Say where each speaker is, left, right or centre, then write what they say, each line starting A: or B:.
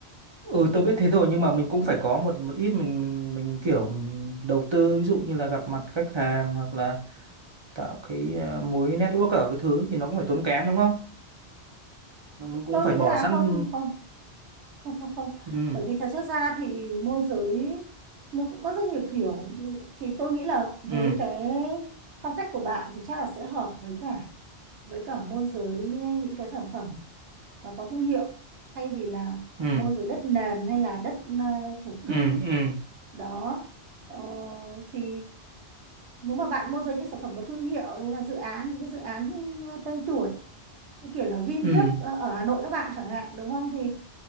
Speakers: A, on the right (about 40°); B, on the right (about 80°).
A: Ừ tôi biết thế rồi nhưng mà mình cũng phải có một một ít mình mình mình kiểu mình đầu tư ví dụ như là gặp mặt khách hàng hoặc là tạo cái à, mối network ở cái thứ thì nó cũng phải tốn kém đúng không? Nó- Mình cũng
B: Tôi
A: phải
B: nghĩ
A: bỏ
B: là
A: sẵn
B: không không không không không
A: ừ
B: bởi vì thật chất ra thì môi giới nó cũng có rất nhiều kiểu thì tôi nghĩ là với
A: ừ
B: cái phong cách của bạn thì chắc là sẽ hợp với cả với cả môi giới những cái sản phẩm nó có thương hiệu thay vì là
A: ừ
B: môi giới đất nền hay là đất à, thổ
A: ừ
B: cư
A: ừ ừ
B: đó ờ, thì nếu mà bạn môi giới những sản phẩm có thương hiệu như là dự án những cái dự án ờ, tên tuổi như kiểu là Vin
A: ừ.
B: viết ờ, ở Hà Nội các bạn chẳng hạn đúng không thì